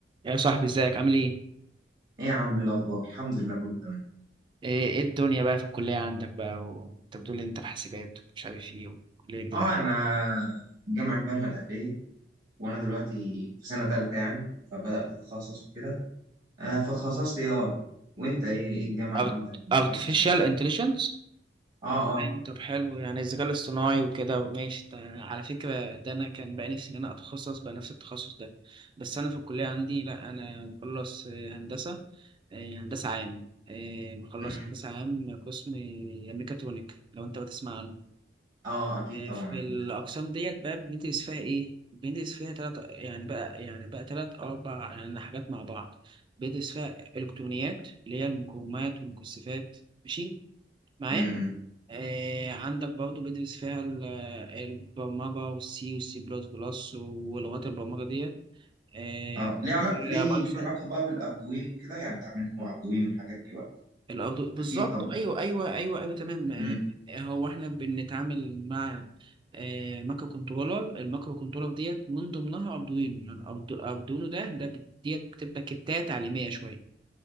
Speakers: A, on the right (about 25°); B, on the right (about 50°).
A: يا صاحبي ازيك عامل ايه؟
B: ايه يا عم الاخبار الحمد لله كله تمام
A: ايه ايه الدنيا بقى في الكلية عندك بقى وانت بتقول لي انت في حاسبات ومش عارف ايه وكلية جديدة
B: اه انا جامعه بنها الاهليه وانا دلوقتي في سنه ثالثه يعني فبدات اتخصص وكده آه فتخصصت اي اي وانت ايه ايه الجامعه
A: أوت-
B: عندك متخصص
A: artificial
B: ايه
A: intelligence
B: اه اه
A: طيب، طب حلو يعني الذكاء الاصطناعي وكده ماشي على فكرة ده انا كان بقى نفسي ان انا اتخصص بقى نفس التخصص ده بس انا في الكلية عندي لا انا مخلص آه، هندسة آه، هندسة عام آه، مخلص
B: أمم،
A: هندسة عام قسم آه، ميكاترونيك لو انت بتسمع عنه
B: اه آه، اكيد طبعا
A: في
B: عارفين
A: الأقسام
B: كده
A: ديت بقى بندرس فيها إيه؟ بندرس فيها تلات يعني بقى يعني بقى تلات أو أربع يعني حاجات مع بعض بندرس فيها إلكترونيات اللي هي المقاومات والمكثفات ماشي معايا؟
B: أمم، أمم.
A: آه عندك برضو بدرس فيها ال- البرمجة والسي والسي بلس بلس ولغات البرمجة ديت آه
B: اه ليه علاقه
A: هي
B: ليه
A: بايثون
B: ليك علاقه بقى بالاردوينو وكده يعني اتعاملت مع اردوينو والحاجات دي ولا
A: الأرض بالظبط
B: اكيد طبعا
A: أيوه أيوه أيوه أيوه تمام آه،
B: أمم،
A: هو إحنا بنتعامل مع آه، مايكرو كنترولر المايكرو كنترولر ديت من ضمنها أردوينو يعني أرد- أردوينو ده ده بت- ديت بتبقى كتات تعليمية شوية